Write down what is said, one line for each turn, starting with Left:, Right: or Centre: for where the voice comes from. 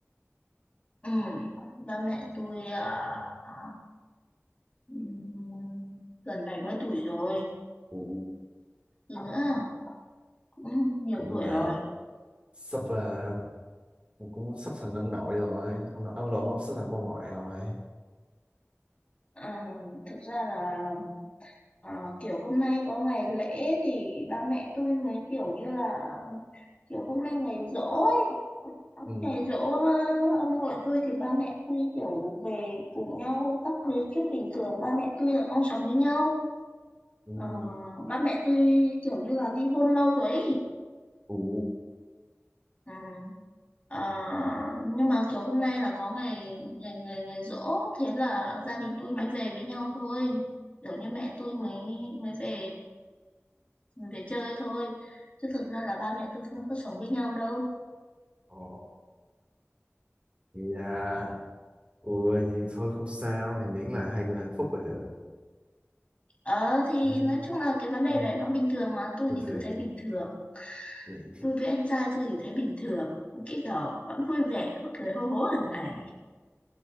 Left: Ừ, ba mẹ tôi à, à, ừm, gần 70 tuổi rồi.
Right: Ừ,
Left: Gì nữa? Cũng nhiều
Right: cũng
Left: tuổi
Right: là
Left: rồi.
Right: sắp ờ, cũng cũng sắp thành ông nội rồi ông nội ông nội ông sắp thành bà ngoại rồi
Left: Ờ, thực ra là à, kiểu hôm nay có ngày lễ thì ba mẹ tôi mới kiểu như là kiểu hôm nay ngày giỗ ấy.
Right: ừ
Left: Ngày giỗ ờ, ông nội tôi thì ba mẹ tôi kiểu về cùng nhau các thứ chứ bình thường ba mẹ tôi là không sống với nhau
Right: ừ
Left: Ờ, ba mẹ tôi kiểu như là ly hôn lâu rồi ấy.
Right: ừ
Left: Ừ. Ờ, nhưng mà kiểu hôm nay là có ngày ngày ngày ngày giỗ thế là gia đình tôi mới về với nhau thôi kiểu như mẹ tôi mới mới về về chơi thôi chứ thực ra là ba mẹ tôi không có sống với nhau đâu
Right: ồ dạ ui thì thôi không sao thì miễn là hai người hạnh phúc là được
Left: ờ thì
Right: ừ,
Left: nói chung là cái vấn đề
Right: ừ,
Left: đấy nó bình thường mà tôi
Right: bình
Left: thì
Right: thường
Left: tôi thấy bình thường
Right: Vậy.
Left: tôi với anh trai tôi thì thấy bình thường cái kiểu vẫn vui vẻ vẫn cười hô hố hàng ngày